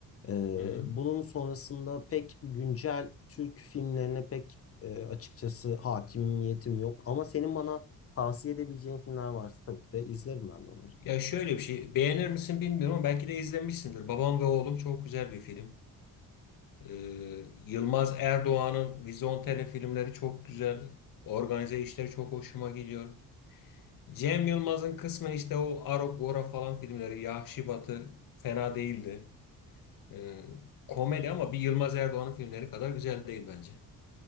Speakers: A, on the left (about 40°); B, on the left (about 65°).
A: Ee,
B: Hı hı.
A: bunun sonrasında pek güncel Türk filmlerine pek e, açıkçası hakimiyetim yok. Ama senin bana tavsiye edebileceğin filmler varsa tabii ki de izlerim ben de onları.
B: Ya şöyle bir şey beğenir misin bilmiyorum ama belki de izlemişsindir. Babam ve Oğlum çok güzel bir film. E, Yılmaz Erdoğan'ın Vizontele filmleri çok güzel. Organize işleri çok hoşuma gidiyor. Cem Yılmaz'ın kısmen işte o Arogora falan filmleri Yahşi Batı fena değildi. Ee, komedi ama bir Yılmaz Erdoğan'ın filmleri kadar güzel değil bence.